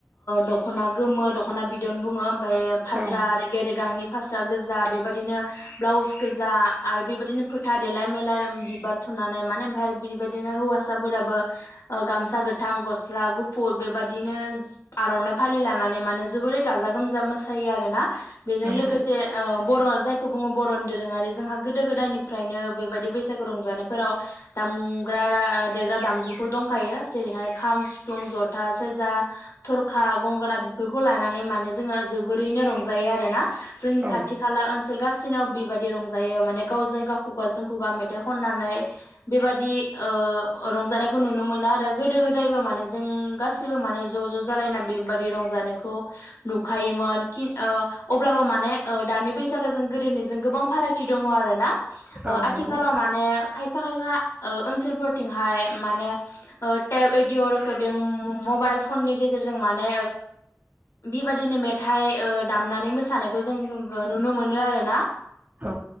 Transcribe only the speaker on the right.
औ
नंगौ
औ
औ
नंगौ
औ